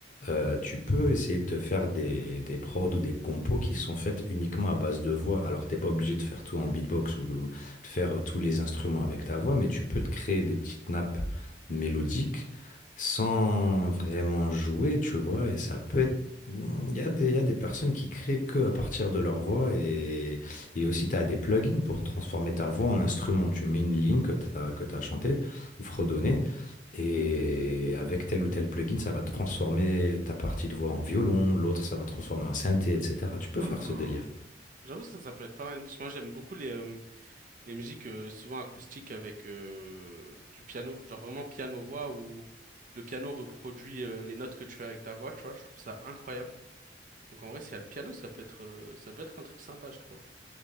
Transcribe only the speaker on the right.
Ah,
j'avoue ça, ça peut être pas mal. Parce que moi j'aime beaucoup les, euh, les musiques euh, souvent acoustiques avec euh, du piano. Genre vraiment piano-voix où le piano reproduit euh, les notes que tu fais avec ta voix, tu vois. Je trouve ça incroyable. Donc en vrai, s'il y a le piano, ça peut être, euh, ça peut être un truc sympa, je trouve.